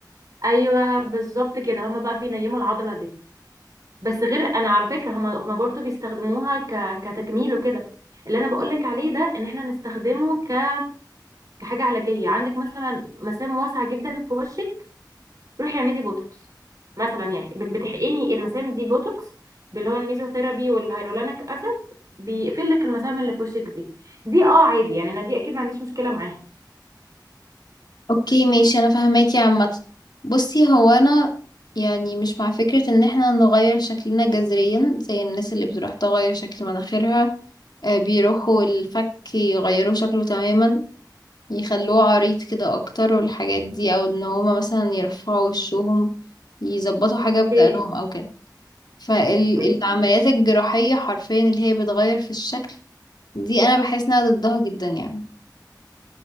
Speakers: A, on the right; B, on the left.
A: ايوه بالظبط كده هما بقى بينيموا العضله دي بس غير انا على فكره هما هما برضو بيستخدموها ك... كتجميل وكده اللي انا بقولك عليه ده ان احنا نستخدمه ك... كحاجه علاجيه عندك مثلا مسام واسعه جدا في وشك روحي اعملي بوتوكس مثلا يعني بت... بتحقني المسام دي بوتوكس باللي هو الميزوثيرابي والهيرولانيك اسيد بيقفل لك المسام اللي في وشك دي دي اه عادي يعني انا دي اكيد ما عنديش مشكله معاها
B: اوكي ماشي انا فاهماكي عامه بصي هو انا يعني مش مع فكره ان احنا نغير شكلنا جذريا زي الناس اللي بتروح تغير شكل مناخيرها آه، بيروحوا الفك يغيروا شكله تماما يخلوه عريض كده اكتر والحاجات دي او ان هما مثلا يرفعوا وشهم يظبطوا حاجه
A: اوكي
B: بدقنهم او كده فالعمليات
A: ماشي
B: الجراحيه حرفيا اللي هي بتغير في الشكل دي انا بحس انها ضدها جدا يعني